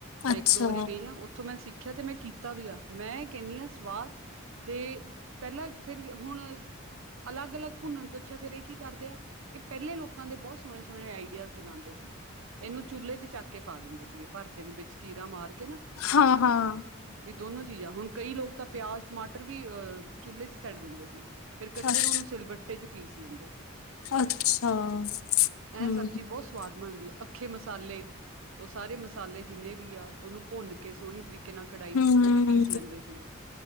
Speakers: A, on the right (about 70°); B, on the left (about 80°).
A: ਮੈਂ
B: ਅੱਛਾ,
A: ਇੱਕ, ਦੋ ਵਾਰੀ ਗਈ ਹਾਂ। ਉੱਥੋਂ ਮੈਂ ਸਿੱਖਿਆ ਤੇ ਮੈਂ ਕੀਤਾ ਵੀ ਆ। ਮੈਂ ਕਹਿੰਦੀ ਹਾਂ ਸਵਾਦ ਤੇ ਪਹਿਲਾਂ ਫੇਰ ਹੁਣ ਅਲੱਗ- ਅਲੱਗ ਭੁੰਨਣ ਤੋਂ ਅੱਛਾ ਫੇਰ ਇਹ ਕੀ ਕਰਦੇ ਆ ਇਹ ਪਹਿਲੇ ਲੋਕਾਂ ਦੇ ਬਹੁਤ ਸੋਹਣੇ- ਸੋਹਣੇ ਆਈਡੀਆਜ਼ ਲਗਾਉਂਦੇ ਸੀ। ਇਹਨੂੰ ਚੁੱਲੇ ਤੇ ਚੱਕ ਕੇ ਪਾ ਦਿੰਦੇ ਸੀਗੇ। ਭਰਥੇ ਨੂੰ ਚੀਰਾ ਮਾਰ ਕੇ ਨਾ,
B: ਹਾਂ-ਹਾਂ,
A: ਵੀ ਦੋਨੋ ਚੀਜ਼ਾਂ। ਹੁਣ ਕਈ ਲੋਕ ਤਾਂ ਪਿਆਜ, ਟਮਾਟਰ ਵੀ ਵੀ ਅਹ ਚੁੱਲੇ ਚਛੱਡ ਦਿੰਦੇ ਸੀ। ਫੇਰ ਇਕੱਠੇ
B: ਅੱਛਾ,
A: ਨੂੰ ਉਹਨੂੰ ਸਿਲਬੱਟੇ ਚ ਪੀਸ ਲੈਂਦੇ ਸੀਗੇ।
B: ਅੱਛਾ।
A: ਐਂ
B: ਹੂੰ।
A: ਸਬਜ਼ੀ ਬਹੁਤ ਸਵਾਦ ਬਣਦੀ ਹੈ। ਸੁਖੇ ਮਸਾਲੇ, ਉਹ ਸਾਰੇ ਮਸਾਲੇ ਜਿੰਨੇ ਵੀ ਆ। ਉਹਨੂੰ ਭੁੰਨ ਕੇ ਸੋਹਣੀ ਤਰੀਕੇ ਕੇ ਨਾ ਕੜਾਹੀ
B: ਹੂੰ,
A: ਚ ਉਹ ਵੀ ਪੀਸ ਲੈਂਦੇ ਸੀਗੇ।